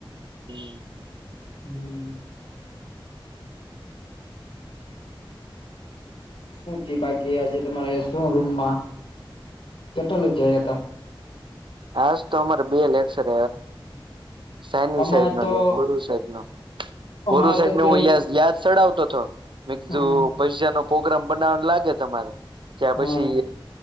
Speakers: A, on the right; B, on the left.
A: <unintelligible>
B: <unintelligible> શું થી બાકી આજે તમારે શું રૂમમાં કેટલા લક જયા હતા
A: આજ તો અમારે બે લેક્ચર સાની
B: અમારે
A: સાહેબ ન
B: તો
A: ગોરુ સાહેબ નો
B: અમારે
A: ગોરુ સાહેબ
B: તો
A: ન
B: પેલું
A: હ યા યાદ ચડાવતો હતો મેં કીધું
B: હમ
A: પૈ પોગરામ બનાવવાનું લાગે તમારે ત્યા
B: હ
A: પછી